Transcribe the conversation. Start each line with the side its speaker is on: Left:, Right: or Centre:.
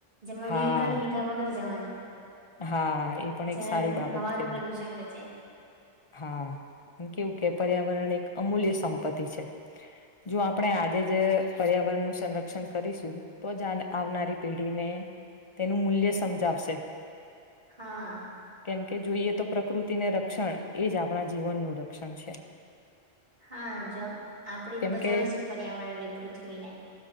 Right: જેમાં
Left: હા
Right: વ્હકલ લીધા વગર જવાનું.
Left: હા એ પણ
Right: જેનાથી
Left: એક સારી બાબત
Right: હવાનું
Left: કેહવાય.
Right: પ્રદુષણ બચે.
Left: હા, અને કેવું કે પર્યાવરણ એક અમૂલ્ય સંપત્તિ છે, જો આપણે આજે જે પર્યાવરણનું સંરક્ષણ કરીશું. તો જ આન આવનારી પેઢીને તેનું મૂલ્ય સમજાવશે.
Right: હા.
Left: કેમ કે જોઈએ તો પ્રકૃતિને રક્ષણ. એ જ આપણા જીવનનું રક્ષણ છે.
Right: હા જો આપણેે
Left: કેમ
Right: જ બચાવીશું
Left: કે
Right: પર્યાવરણ ની પૃથ્વીને,